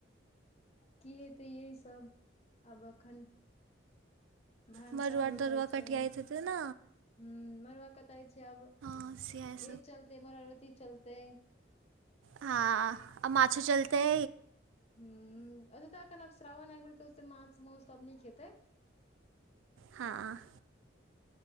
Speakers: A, on the left; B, on the right.
A: की हेतै यही सब आब एखन धान
B: मड़ुआ
A: तान रोपाइ
B: तरुआ
A: छै
B: कटियाइत हेतै ने
A: ह मरुआ कटाई छै अब
B: प <unintelligible> से
A: यहि चलतै मर <unintelligible> अरब त चलतै
B: हँ आ माछो चलतै
A: ह अत तऽ एन आब श्रावण एकबै तऽ ओ माछ मौस त आब नइ खेतै
B: हँ